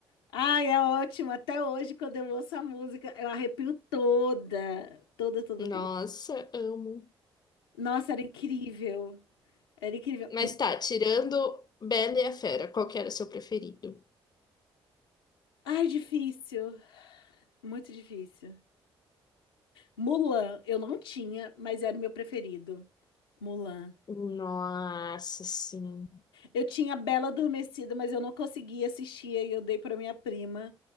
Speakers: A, on the left (about 80°); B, on the left (about 30°).
A: ai, é ótimo. Até hoje, quando eu ouço a música, eu arrepio toda. Toda, toda,
B: Nossa,
A: toda.
B: amo.
A: Nossa, era incrível. Era incrível.
B: Mas tá, tirando Bela e a Fera, qual que era o seu preferido?
A: Ai, difícil. Muito difícil. Mulan, eu não tinha, mas era o meu preferido. Mulan.
B: Nossa, sim.
A: Eu tinha Bela Adormecida, mas eu não conseguia assistir e eu dei pra minha prima,